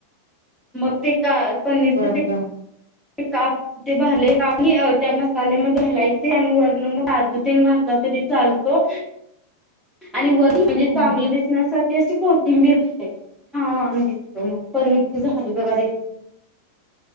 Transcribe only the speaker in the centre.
मग ते का पनीरच
ते काप ते भरले काप म त्या मसाल्यामध्ये हलायचे आणि वरनं मग काजू तेन घालु <unintelligible> तरी चालतो. आणि वर म्हणजे चांगलं
दिसण्यासाठी अशी कोथिंबीर घालायची. छान दिसतं मग पनीरची झाली बघा रेसि